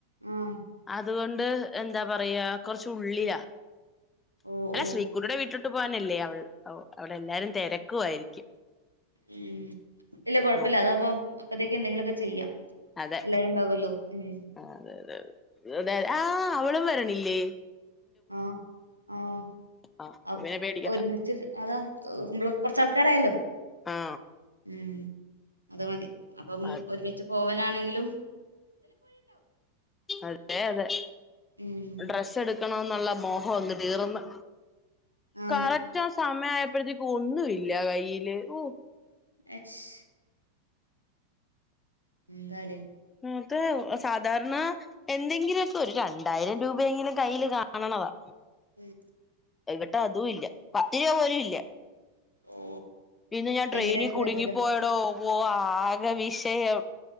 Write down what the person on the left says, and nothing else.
തുകൊണ്ട് എന്താ പറയാ കൊർച്ചുള്ളിലാ
അല്ല
ശ്രീകുട്ടുടെ വീട്ടു ട്ട് പോവാനില്ലേ അവൾ അവ് അവടെ എല്ലാരും തിരക്കുവായിരിക്കും
നോ
അതെ
അതതെ അതെെ ആ അവളും വരണി ഇല്ലേ
ആ
പിന്നെ പേടിക്കണ്ട
ആ
അത്
അതെ അതെ
ഡ്രസ്സ് എടു ക്കണന്നുള്ള മോഹം അങ്ങ് തീർന്ന്
കക ചോ സാമയാ ആയാ ഇപ്പോഴത്തേക്ക ഒന്ന ഇല്ല കയ്യില് ഓ
അത്തെ സാധാരണ എന്തെങ്കിലുമൊക്കെ ഒരു രണ്ടായിരം രൂപയെങ്കിലും കയ്ൽ കാണണതാ
ഇവിട്ട അതും ഇല്ല പത്ത് രൂപ പോലും ഇല്ല
ഇന്ന് ഞാൻ
ട്രെയിനിൽ കുടുങ്ങിപ്പോയടോ
ഓ ആക വിഷയം